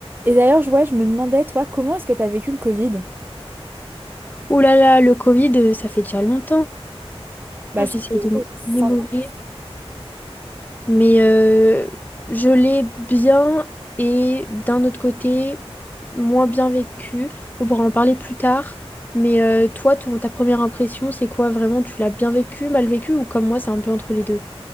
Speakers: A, on the right; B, on the left.
A: Et d'ailleurs, je- ouais, je me demandais, toi, comment est-ce que tu as vécu le Covid?
B: Ouh là là, le Covid, euh, ça fait déjà longtemps.
A: Bah,
B: J'essaye
A: c'était ouais,
B: de me
A: il y a cinq
B: remémorer.
A: ans.
B: Mais euh, je l'ai bien et d'un autre côté, moins bien vécu. On pourra en parler plus tard. Mais euh, toi, ton- ta première impression, c'est quoi vraiment? Tu l'as bien vécu, mal vécu ou comme moi, c'est un peu entre les deux?